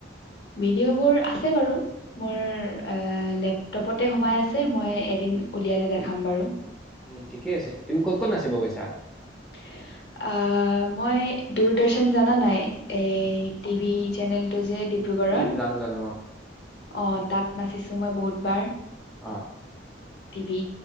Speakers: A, on the left; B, in the centre.
A: ভিডিঅ'বোৰ আছে বাৰু। মোৰ লেপটপতে সোমাই আছে মই এদিন উলিয়ালে দেখাম বাৰু।
B: উম ঠিকে আছে, তুমি ক'ত কত নাচিব গৈছা?
A: <unintelligible> আহ মই দূৰদৰ্শন জাননা নাই এ টিভি চেনেলটো যে। ডিব্ৰুগড়ৰ,
B: উম, জানো জানো
A: অ তাত নাচিছো মই বহুতবাৰ।
B: অ।
A: টিভি